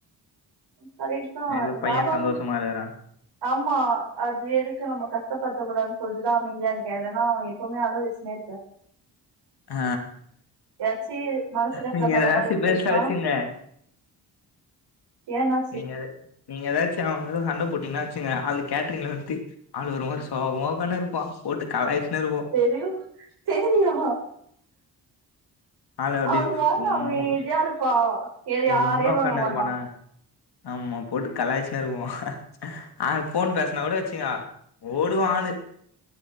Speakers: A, on the right; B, on the left.
A: கரக்ட்டு தா
B: ஏதோ
A: இருந்தாலும்
B: பைய சந்தோஷமா இருக்கறா
A: ஆமா அது எதுக்கு நம்ம கஷ்டப்படுத்த கூடாதுன் சொல்ட்டுதா அமைதியா இருக்க இல்லன்னா அவ எப்பவுமே அழ வெச்சுன்னே இருப்பே
B: அ
A: ஏதாச்சும் மனசு கஷ்டப்படுற
B: நீங்க ஏதாசி
A: மாதிரி
B: பேஷா
A: பேசினா
B: வெச்சுங்க
A: ஏன்னாச்சு
B: நீங்க அது நீங்க எதாச்சு அவங்களு சண்டப் போட்டிங்ன்னா வச்சுங்க அவளுக்கு கேட்டரிங்ல அத பத்தி ஆளு ஒரு மாரி சோகமா உக்கான்னு இருப்பா போட்டு கலாய்ச்சுன்னே இருப்போ
A: தெரியு தெரியூ
B: ஆளு அப்டியே
A: அவ பாட்டுன்னு
B: உம்மு
A: அமைதியா இருப்பா எது யாரையூ
B: உம்முன்னு
A: நோண்ட
B: உக்கான்னு
A: மாட்டா
B: இருப்பானா ஆமா போட்டு கலாய்ச்சின்னு இருப்போ ஆளு ஃபோன் பேசுனா கூட வச்சுங்க ஓடுவா ஆளு